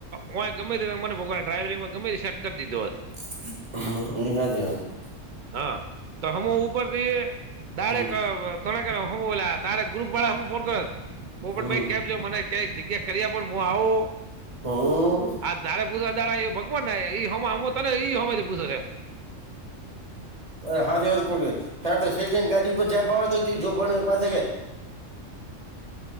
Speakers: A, on the right (about 70°); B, on the right (about 30°).
A: હું એ ગમે તે મને ભગવાને ડ્રાઈવિમાં ગમે તે સર્ટ કરી દીધો હતો.
B: <unintelligible>
A: હા, તો હમું ઉપરથી ડારેક
B: હમ
A: આ તમે કરો હુ બોલા તાર ગ્રુપ વાળ હુ ફોન કરોત પોપટભાઈ
B: હમ
A: કેમ છો મને કે એક જગ્યા કરી આપીન હું આવું,
B: હું
A: આ ધારે પૂદા દાળા એ ભગવાન આયા એ હમુ હમુ તને ઈ હમે પૂહે એમ.
B: અરે હા કોતો શેટેને ગાડી ઉપર જ પાવ તોય જો પણ પાસે